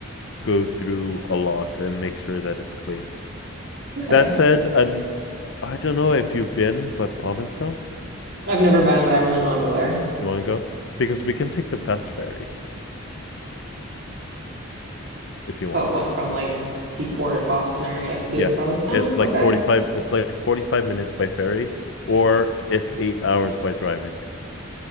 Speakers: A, on the left; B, on the right.
A: go through a lot and make sure that it's clean.
B: Okay.
A: That said, and I don't know if you've been, but Provincetown,
B: I've never been, but I really want to go there.
A: you want to go? Because we can take the fast ferry if you
B: But
A: want.
B: what, from like Seaport, Boston area to
A: Yeah,
B: Provincetown?
A: it's
B: Okay.
A: like 45, it's like 45 minutes by ferry, or it's eight hours by driving.